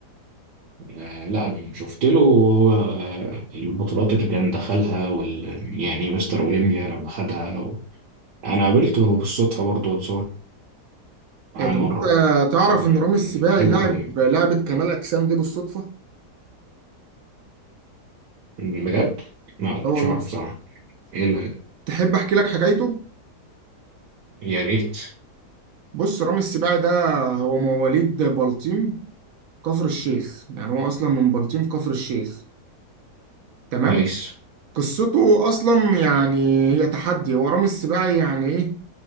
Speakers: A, on the right; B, on the right.
A: آه، لا انا شفت له هو آه، البطولات اللي كان دخلها وال يعني مستر اولمبيا لما خدها و... انا قابلته بالصدفه برضه اتصور معاه
B: إيه طب
A: مره
B: انت تعرف
A: يعني
B: ان رامي السباعي
A: بحبه
B: لاعب
A: قوي
B: لعبة كمال اجسام دي بالصدفة؟
A: بجد ما
B: اه
A: كنتش
B: والله
A: اعرف صراحه ايه اللي...
B: تحب احكي لك حكايته؟
A: يا ريت
B: بص رامي السباعي ده هو مواليد بلطيم كفر الشيخ يعني هو اصلا من بلطيم كفر الشيخ تمام؟
A: كويس
B: قصته اصلا يعني هي تحدي هو رامي السباعي يعني ايه